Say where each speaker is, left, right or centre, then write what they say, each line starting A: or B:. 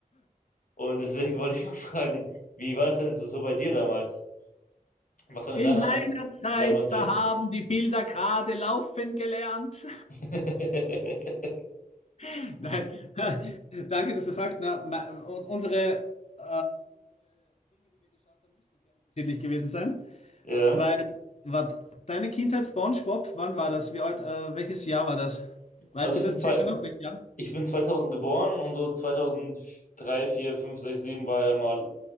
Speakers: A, on the left; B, on the left.
A: Und deswegen <laughs> wollte ich mal fragen, wie war es denn so, so bei dir damals? Was waren
B: In
A: denn deine
B: meiner Zeit,
A: Leinwandhelden?
B: da haben die Bilder gerade laufen gelernt.
A: <laughs>
B: <laughs> Nein, <laughs> danke. Na, ma- und unsere äh, Diesen sein,
A: Ja,
B: weil wat, deine Kindheit SpongeBob, wann war das? Wie alt? Äh, welches Jahr war das? Weißt
A: also ich
B: du das
A: bin zwei,
B: circa noch? Welches Jahr?
A: ich bin 2000 geboren und so 2003, 4, 5, 6, 7 war ja mal,